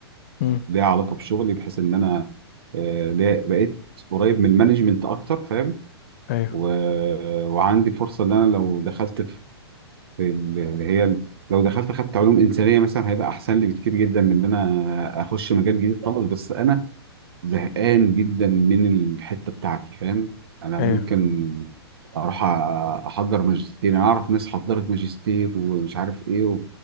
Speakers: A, on the left; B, on the right.
A: مم.
B: ليها علاقه بشغلي بحيث ان انا آه، ليه- بقيت قريب من المانجمنت اكتر فاهم
A: ايوه
B: و- وعندي فرصه ان انا لو دخلت في في ال- اللي هي ال- لو دخلت خدت علوم انسانيه مثلا هيبقى احسن لي بكتير جدا من ان انا اخش مجال جديد خالص بس انا زهقان جدا من الحته بتاعتي فاهم انا
A: ايوه
B: ممكن اروح أ- احضر ماجستير انا اعرف ناس حضرت ماجستير ومش عارف ايه و...